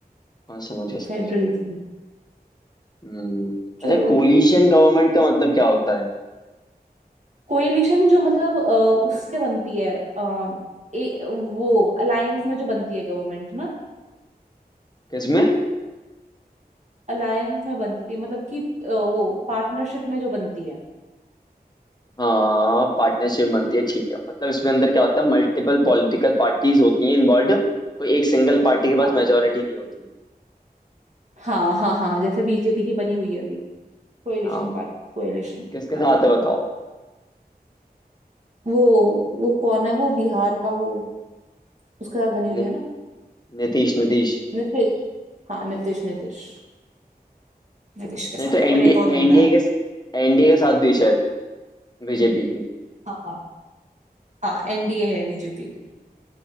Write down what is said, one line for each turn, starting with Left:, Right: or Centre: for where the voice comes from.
Left: हाँ समझ गया
Right: फेडरलिज्म
Left: समझ गया हम्म
Right: चलो
Left: अच्छा कोलिशन गवर्नमेंट का मतलब क्या होता है
Right: कोएलिशन जो मतलब अ, उसके बनती है आ, ए, वो अलायंस में जो बनती है गवर्नमेंट ना
Left: किसमें
Right: अलायंस में बनती है मतलब कि अ, वो पार्टनरशिप में जो बनती है
Left: हाँ पार्टनरशिप बनती है ठीक है मतलब इसमें अंदर क्या होता है मल्टीपल पॉलिटिकल पार्टीज होती हैं इन्वॉल्व कोई एक सिंगल पार्टी के
Right: हाँ
Left: पास मेजोरिटी नहीं होती
Right: हाँ हाँ हाँ जैसे बीजेपी की बनी हुई है अभी Coalition
Left: हाँ
Right: part coalition
Left: किसके
Right: पार्टी
Left: साथ है बताओ
Right: वो वो कौन है वो बिहार का वो उसके साथ बनी हुई
Left: नि,
Right: है ना
Left: नीतीश नीतीश
Right: नीतीश हाँ नीतीश नीतीश नीतीश के साथ
Left: नहीं तो एनडीए
Right: और एक और बंदा
Left: एनडीए
Right: है
Left: के एनडीए के साथ भी है शायद बीजेपी की
Right: हाँ हाँ एनडीए है बीजेपी की